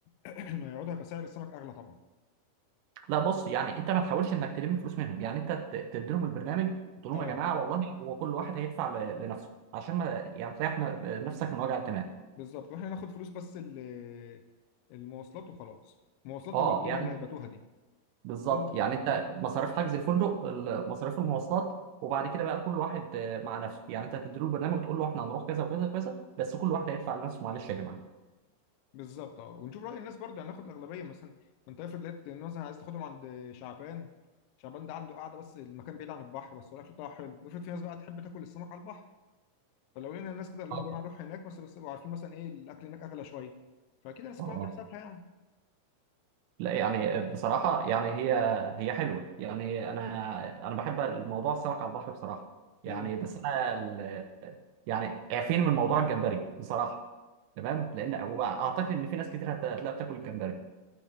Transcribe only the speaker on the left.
<clears throat> ما يقعدوا هيبقى سعر السمك اغلى طبعا
اه
بالظبط واحنا هناخد فلوس بس ال- المواصلات وخلاص مواصلات
والليله
اللي هيباتوها دي
الفندق
والمواصلات
بالظبط اه ونشوف راي الناس برضه هناخد الاغلبيه مثلا ما انت افرض لقيت إن مثلا عايز تاخدهم عند شعبان شعبان ده عنده قاعده بس المكان بعيد عن البحر بس الاكل بتاعه حلو افرض في ناس بقى تحب تاكل السمك على البحر فلو لقينا الناس كده اللي هم يا جماعه
نروح هناك بس بس يبقوا عارفين مثلا ايه الاكل هناك اغلى شويه فاكيد الناس تكون
عامله حسابها يعني
امم